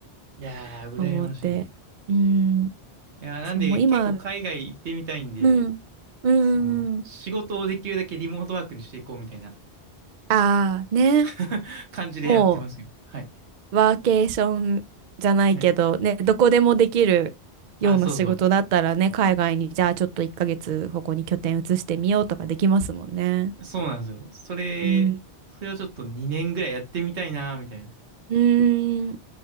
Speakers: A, on the right; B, on the right.
A: いやー、
B: <laughs>
A: 羨ましい。
B: 思って。
A: い
B: うん、
A: やー、なんで、
B: そう、もう今、
A: 結構海外行ってみたいんで、
B: うん、うん、
A: その、仕事をできるだけリモートワークにしていこうみたいな
B: ああ、ね、
A: <laughs> 感じでやってますよ。
B: も
A: はい。
B: うワーケーションじゃないけど、
A: はい。
B: ね、どこでもできる。
A: あ、
B: ような仕事だったらね、
A: そうそ
B: 海外にじゃあちょっと1ヶ月ここに拠点移してみようとかできますもんね。
A: う。そうなんですよ。それ、
B: うん
A: それをちょっと2年ぐらいやってみたいなーみたいな。
B: うーん。